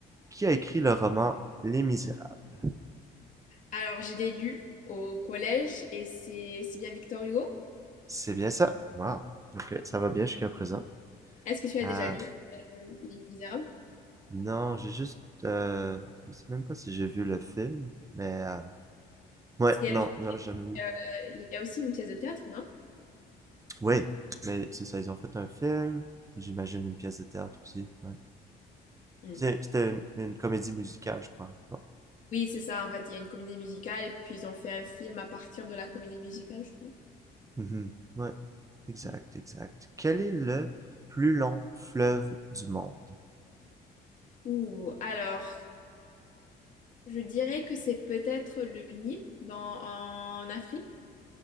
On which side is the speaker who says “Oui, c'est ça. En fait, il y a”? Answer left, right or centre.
Left